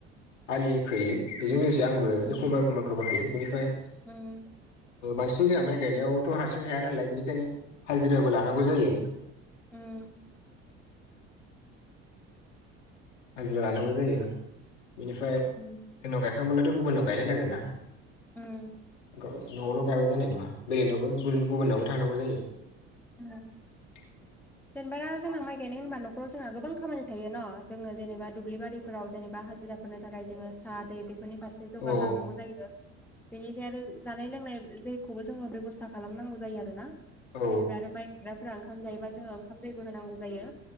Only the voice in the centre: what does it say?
उम
उम
उम
उ
उम
ओ
जेनेबा जोंना माइ गायनाय होनबा नखराव जोंहा गोबां खामानि थायो न' जोङो जेनेबा दुब्लिारिफोराव जेनेबा हाजिरा होननो थाखाय जोङो साहा दै बेफोरनि फारसे जगारलांनांगौ
जायो। बेनिफ्राय आरो जानाय लोंनाय जेखौबो जोङो बेब'स्था खालामनांगौ जायो आरो ना।
जेनेबा आरो माइ गायग्राफोरारा ओंखाम जायोबा जोङो ओंखाम दैबो होनांगौ जायो